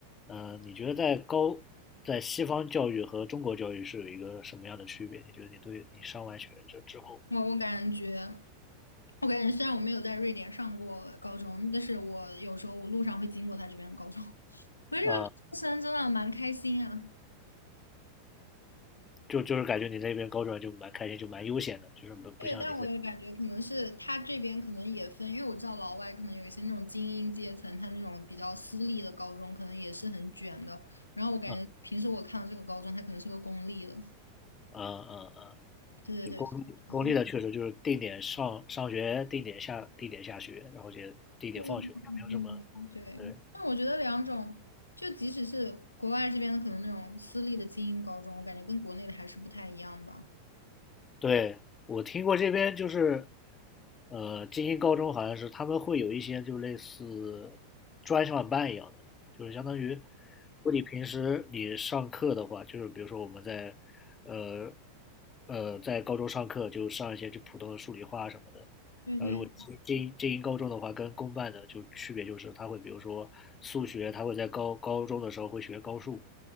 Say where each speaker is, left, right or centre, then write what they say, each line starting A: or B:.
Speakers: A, on the left; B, on the left.
A: 呃，你觉得在高在西方教育和中国教育是有一个什么样的区别？你觉得你对你上完学就之后
B: 我我感觉，我感觉虽然我没有在瑞典上过高中，但是我有时候我路上会经过他这边的高中，<laughs> 我觉得这个高中生真的蛮开心啊。
A: 啊、呃就就是感觉你在那边高中就蛮开心，就蛮悠闲的，就是不不像你在
B: 对，但我也感觉可能是他这边可能也分，因为我知道老外可能有一些那种精英阶层，他那种比较私立的高中可能也是很卷的。然后我感觉平时我看到这个高中，
A: 嗯
B: 它可能是个公立的。
A: 嗯嗯嗯，
B: 对对对，
A: 就公立公立的确实就是定点上上学，
B: 我觉得。
A: 定点下定点下学，然后就定点放学，
B: 对对对，
A: 也没有什么对。
B: 但我觉得两种，就即使是国外这边的，可能那种私立的精英高中，我感觉跟国内的还是不太一样吧。
A: 对，我听过这边就是，呃，精英高中好像是他们会有一些就类似专项班一样的，就是相当于，如果你平时你上课的话，就是比如说我们在，呃，呃，在高中上课就上一些就普通的数理化什么的，
B: 对对，
A: 然后如果精精精英高中的话，跟公办的就区别就是他会比如说数学，他会在高高中的时候会学高数，